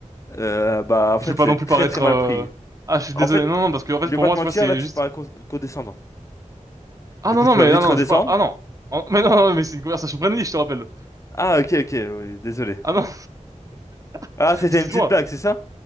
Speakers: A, on the left; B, on the right.
A: Euh, bah, en fait,
B: Je vais pas
A: je
B: non
A: l'ai très
B: plus paraître.
A: très mal
B: euh,
A: pris.
B: Ah, je suis
A: En
B: désolé.
A: fait,
B: Non, non, parce que en fait,
A: je vais
B: pour
A: pas
B: moi,
A: te
B: tu
A: mentir,
B: vois, c'est
A: là, tu
B: juste.
A: parles co- condescendant.
B: Ah
A: Du
B: non,
A: coup,
B: non,
A: tu
B: mais
A: vas vite
B: ah, non,
A: redescendre.
B: je veux pas. Ah non. Ah, <laughs> mais non, non, mais c'est une conversation friendly, je te rappelle.
A: Ah, ok, ok, oui, désolé.
B: Ah non, <laughs>
A: Ah, c'était
B: excuse-moi.
A: une petite blague, c'est ça?